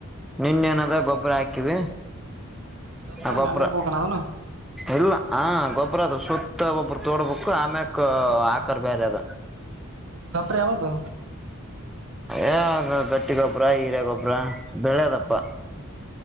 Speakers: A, in the centre; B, on the right (about 70°).
A: ನಿನ್ ಏನದ ಗೊಬ್ಬ್ರ ಹಾಕಿವಿ
B: ಗೊಬ್ಬ್ರ
A: ಹ
B: ಹಂಗ
A: ಗೊಬರ
B: ಹಂಗ್ಯಾಕ್ ಹೋಗಣ ಅದನು
A: ಎಲ್ಲ ಹಾ ಗೊ ಅರದು ಸರ್ ಒಬ್ಬರು ತೋಡ್ಬೇಕು ಆಮೇ ಆಕಾರರ್ ಬೇರೆ ಅದ
B: ಗಾಬರ ಅವವದು
A: ಏ ಗಟ್ಟಿಗೊಬ್ಬ್ರ ಹೀರೇ ಗೊಬ್ರ ಬೆಳೆದಪ್ಪ